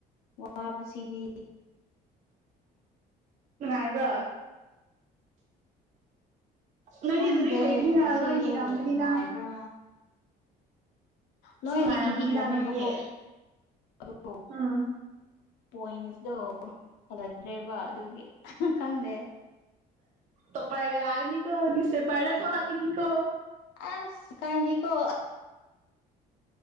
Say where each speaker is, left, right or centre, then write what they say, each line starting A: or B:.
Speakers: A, on the left; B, on the right.
A: ꯋꯥꯕꯁꯤꯗꯤ
B: ꯅꯨꯡꯉꯥꯏꯕ꯭ꯔꯣ ꯅꯣꯏꯗꯤ
A: ꯈꯪꯗꯦ
B: ꯂꯨꯔꯤ ꯍꯩꯕꯅꯤꯅ
A: ꯉꯁꯤꯗꯣ
B: ꯂꯣꯏꯅ ꯏꯔꯝꯕꯅꯤꯅ
A: ꯅꯨꯡꯉꯥꯏꯕ꯭ꯔꯥ
B: ꯑꯁ
A: ꯂꯣꯏꯗꯤ
B: ꯅꯨꯡꯉꯥꯏꯔꯝꯅꯤꯗ
A: ꯏꯗꯤ ꯏꯔꯃꯦꯕ
B: ꯅꯣꯏꯗꯤ
A: ꯀꯧꯕꯣ
B: ꯎꯝ
A: ꯄꯣꯏꯟꯇꯣ ꯐꯗ꯭ꯔꯦꯕ ꯑꯗꯨꯒꯤ ꯈꯪꯗꯦ
B: ꯇꯣ ꯄꯒ ꯂꯒꯦꯅꯤꯀ ꯅꯁꯦ ꯄꯥꯏꯔ ꯊꯧꯅꯥ ꯀꯅꯤꯀ
A: ꯑꯁ ꯏꯀꯥꯏꯅꯤ ꯀꯣ